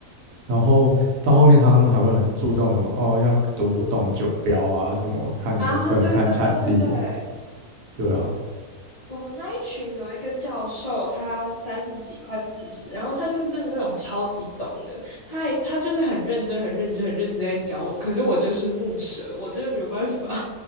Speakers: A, on the right; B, on the left.
A: 然后到后面他们还会很注重什么哦，要读懂酒标啊，什么看年份、
B: 啊，对对对对对。
A: 看产地，对啊。
B: 我们那一群有一个教授，他三十几快四十，然后他就是真的那种超级懂的，他还他就是很认真、很认真、很认真在教我，可是我就是木蛇，我真的没有办法。